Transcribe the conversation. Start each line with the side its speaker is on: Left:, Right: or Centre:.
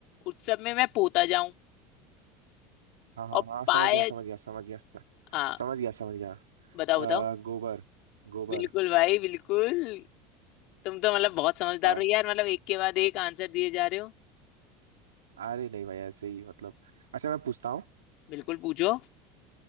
Left: उत्सव में मैं पोता जाऊं
Right: हाँ हाँ
Left: और
Right: हाँ हाँ, समझ
Left: पाया
Right: गया समझ गया समझ गया स-
Left: हाँ
Right: समझ गया समझ गया आ,
Left: बताओ बताओ
Right: गोबर गोबर
Left: बिल्कुल भाई बिल्कुल तुम तो मतलब बहुत समझदार
Right: आ,
Left: हो यार मतलब एक के बाद एक आंसर दिए जा रहे हो
Right: अरे नहीं भाई ऐसे ही मतलब अच्छा मैं पूछता हूँ
Left: बिल्कुल पूछो